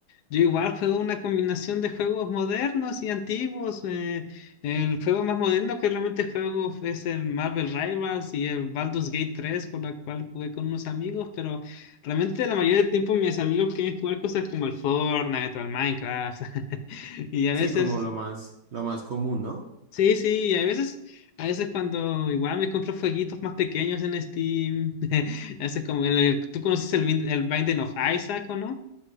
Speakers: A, on the left; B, on the right.
A: yo igual juego una combinación de juegos modernos y antiguos. eh, el juego más moderno que realmente juego es el Marvel Rivals y el Baldur's Gate tres con la cual jugué con unos amigos. Pero realmente la mayoría del tiempo mis amigos quieren jugar cosas como el Fortnite o el Minecraft. <laughs> Y a
B: Sí,
A: veces.
B: como lo más, lo más común, ¿no?
A: Sí, sí, y a veces, a veces cuando igual me compro jueguitos más pequeños en Steam, <laughs> ese es como el, el- tú conoces el, Bind- el Binding of Isaac, ¿o no?